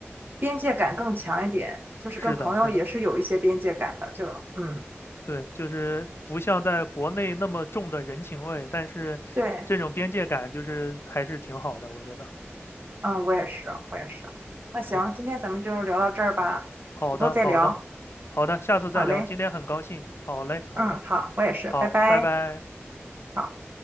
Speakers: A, on the right; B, on the left.
A: 边界感更强一点，就是跟朋友也是有一些边界感的。
B: 是的，是的。
A: 就嗯，
B: 对，就是不像在国内那么重的人情味，但是这种边界感就是还是挺好的，
A: 对，
B: 我觉得
A: 嗯，我也是，我也是。那行，
B: 是的。
A: 今天咱们就聊到这儿吧，
B: 好的，
A: 以后再聊。
B: 好的，好的，下次再聊。
A: 好嘞，
B: 今天很高兴，好嘞，好嘞，
A: 嗯，好，我也是，
B: 好，
A: 拜拜。
B: 拜拜。
A: 好。